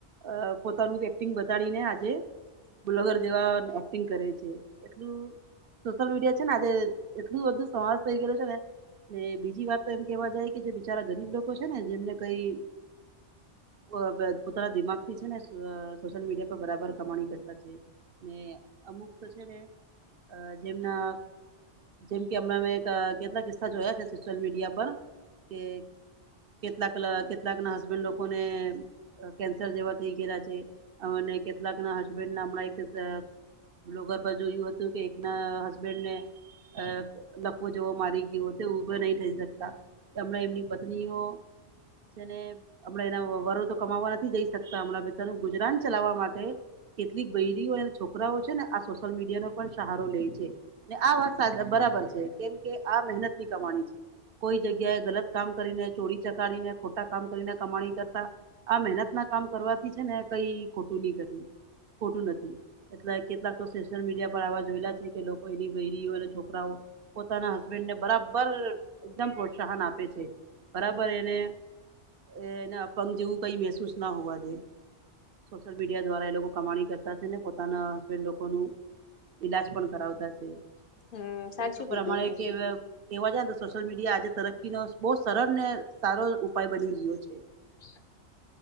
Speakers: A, on the right; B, on the left.
A: અ પોતાનું એક્ટિંગ બતાડીને આજે બ્લગર જેવા એક્ટિંગ કરે છે, એટલું સોશિયલ મીડિયા છે ને આજે એટલું બધું સમાસ થઈ ગયલુ છે ને ને બીજી વાત તો એમ કેહેવા જાય, કે જે બિચારા ગરીબ લોકો છે ને, જેમને કઈ વબ પોતાના દિમાગથી છે ને, સ સોશિલ મીડિયા પર બરાબર કમાણી કરતા છે. ને અમુક તો છે ને, અ જેમના જેમ હમણા મે કેટલાક કિસ્સા જોયા છે, સોશિયલ મીડિયા પર કે કેટલાક કેટલાકના હસબેન્ડ લોકોને અ કેન્સર જેવા થઈ ગયેલા છે, અને કેટલાક ના હસબેન્ડ ના હમણાં એક બ્લોગર પર જોયું હતું કે, એકના હસબેન્ડ ને અ લકવો જેવો મારી ગયો, તે ઉભો નહી થઈ શકતા હમણા એમની પત્નીઓ, જેને હમણાં એના વરો તો કમાવવા નથી જઈ શકતા, હમણાં બધાનું ગુજરાન ચલાવવા માટે કેટલીક બૈરીઓ અને છોકરાઓ છે ને આ સોશિયલ મીડિયાનો પણ સહારો લે છે. ને આ વાત સા બરાબર છે, કેમકે આ મહેનતની કમાણી છે. કોઈ જગ્યાએ ગલત કામ કરીને, ચોરી ચકાડીને ખોટા કામ કરીને કમાણી કરતા, આ મહેનતના કામ કરવાથી છે ને કઈ ખોટું નઈ કર્યું. ખોટું નથી એટલે કેટલાક તો સોશિયલ મીડિયા પર આવા જોયલા છે, કે લોકો એની બયરીઓ અને છોકરાઓ પોતાના હસબેન્ડ ને બરાબર એકદમ પ્રોત્સાહન આપે છે, બરાબર એને એ એને અપંગ જેવું કઈ મહેસૂસ ના હોવા દે. સોશિયલ મીડિયા દ્વારા એ લોકો કમાણી કરતા શેને પો તાના હસબેન્ડ લોકોનુ, ઈલાજ પણ કરાવતા શે.
B: હમ સાચું
A: એક તો
B: કીધું
A: પ્રમાણે
B: બેન
A: કેવે કેવા જાય ને તો સોશિયલ મીડિયા આજે તરક્કી નો બહુ સરળ ને સારો ઉપાય બની રહ્યો છે
B: હ